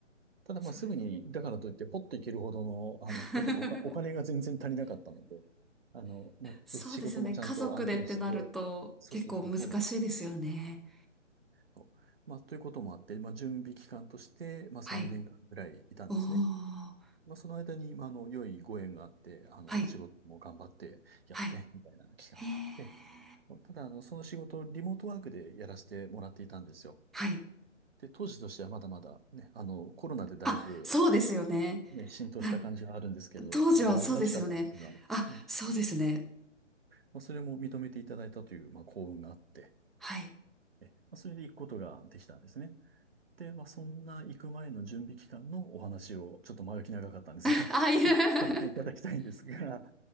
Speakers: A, on the right (about 50°); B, in the centre.
A: ただ、
B: それ。
A: まあ、すぐに、だからといって、ポッといけるほどの、あの、
B: <laughs>
A: やっぱりおか、お金が全然足りなかったので、あの、まあ、
B: そうですよね。
A: 仕事もちゃんと安定して、
B: 家族でってなると結構難しいですよね。
A: そうそうそう、そうなんですよ。と。まあ、ということもあって、まあ、準備期間として、まあ、
B: はい。
A: 3年間ぐらいいたんですね。
B: おー、は
A: まあ、その間に、まあ、あの、良いご縁があって、あの、
B: い、
A: 仕事も頑張ってやって、
B: はい。
A: みたいな期間があって、
B: へー
A: ただ、あの、その仕事をリモートワークでやらせてもらっていたんですよ。
B: はい。
A: で、当時としてはまだまだ、ね、あの、コロナでだいぶ、
B: あ、そうですよね。
A: ね、浸透した感じがあるんですけど、
B: あ当時はそうですよね。
A: 当時は珍しかったんですが、うん
B: あ、そうですね。
A: まあ、それも認めていただいたという、まあ、幸運があって、
B: はい。
A: えまあ、それで行くことができたんですね。で、まあ、そんな行く前の準備期間のお話を、ちょっと前置き長かったんですが、
B: <laughs> あ、いう
A: <laughs>
B: <laughs>
A: させていただきたいんですが、